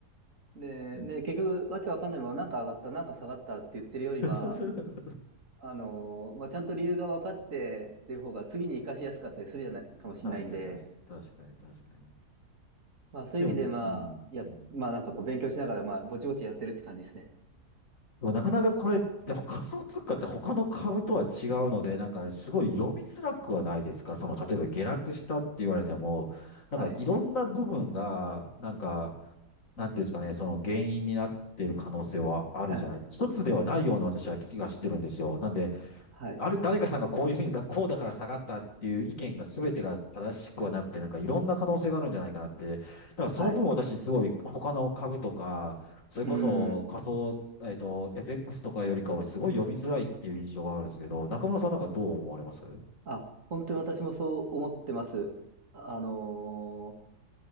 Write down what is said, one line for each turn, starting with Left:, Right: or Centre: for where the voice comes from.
Right: で、
Left: い。うん
Right: ね、結局、わけわかんないまま、なんか上がった、なんか下がったって言ってるよりは、
Left: <laughs>
Right: あのーまあ、ちゃんと理由が分かってっていう方が、次に活かしやすかったりするじゃない、かもしれないんで、
Left: 確かに、確かに、確かに、確かに。
Right: まあ、そういう意味で、
Left: でも、
Right: まあ、
Left: うん、
Right: や、
Left: うん。
Right: まあ、なんかこう、勉強しながら、まあ、ぼちぼちやってるって感じですね。
Left: でもなかなかこれ、やっぱ仮想通貨って他の株とは違うので、なんかすごい読みづらくはないですかその、例えば下落したって言われても、なんかいろんな部分が、
Right: はい。
Left: なんか、なんていうんですかね、その原因になっている可能性はあるじゃない。
Right: あ、
Left: 一つではないような私は気がしてるんですよ。なんで、
Right: はい。
Left: あれ、誰かさんがこういうふうにだ、こうだから下がったっていう意見が全てが正しくはなくて、なんかいろんな可能性があるんじゃないかなって。だからその分私すごい他の株とか、
Right: はい。
Left: それこそ仮想、
Right: うん。
Left: えっと、エフエックスとかよりかはすごい読みづらいっていう印象があるんですけど、中村さんなんかどう思われますう
Right: あ、本当に私もそう思ってます。あのー